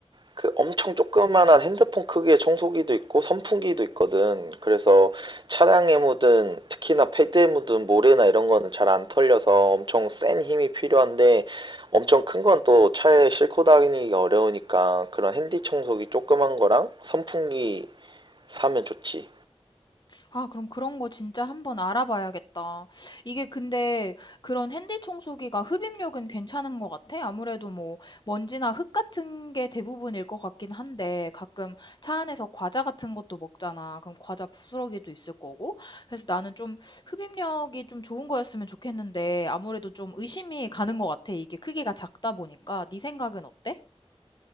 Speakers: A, on the right (about 45°); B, on the left (about 45°).
A: 그 엄청 조그만한 핸드폰 크기의 청소기도 있고 선풍기도 있거든. 그래서 차량에 묻은 특히나 패드에 묻은 모래나 이런 거는 잘 안 털려서 엄청 센 힘이 필요한데 엄청 큰 건 또 차에 싣고 다니기 어려우니까 그런 핸디 청소기 조그만 거랑 선풍기 사면 좋지.
B: 아, 그럼 그런 거 진짜 한번 알아봐야겠다. 이게 근데 그런 핸디 청소기가 흡입력은 괜찮은 것 같아? 아무래도 뭐 먼지나 흙 같은 게 대부분일 것 같긴 한데 가끔 차 안에서 과자 같은 것도 먹잖아. 그럼 과자 부스러기도 있을 거고. 그래서 나는 좀 흡입력이 좀 좋은 거였으면 좋겠는데 아무래도 좀 의심이 가는 것 같아. 이게 크기가 작다 보니까. 네 생각은 어때?